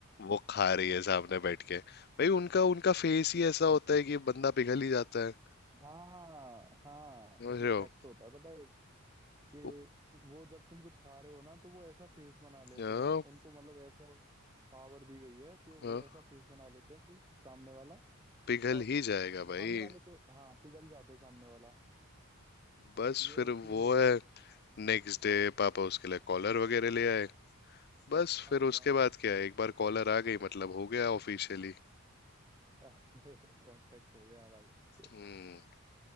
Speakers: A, on the left (about 45°); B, on the right (about 15°).
A: वो खा रही है सामने बैठ के भाई उनका उनका फेस ही ऐसा होता है कि बंदा पिघल ही जाता है
B: हाँ हाँ
A: समझ
B: ये
A: रहे हो
B: फैक्ट होता है पता है कि
A: वो-
B: वो जब तुम कुछ खा रहे हो ना तो वो ऐसा फेस बना लेते
A: हाँ,
B: हैं उनको मतलब ऐसा पावर दी गई है कि वो
A: हाँ,
B: ऐसा फेस बना लेते हैं कि सामने वाला
A: पिघल
B: अ,
A: ही जाएगा
B: सामने
A: भाई
B: वाले को हाँ पिघल जाता है सामने वाला
A: बस
B: ये
A: फिर
B: सीन
A: वो
B: है
A: है नेक्स्ट डे पापा उसके लिए कॉलर वगैरह ले आए बस
B: अरे
A: फिर उसके
B: वाह
A: बाद क्या है एक बार कॉलर आ गई मतलब हो गया ऑफिशियली
B: <laughs> कांटेक्ट हो गया भाई <laughs>
A: हम्म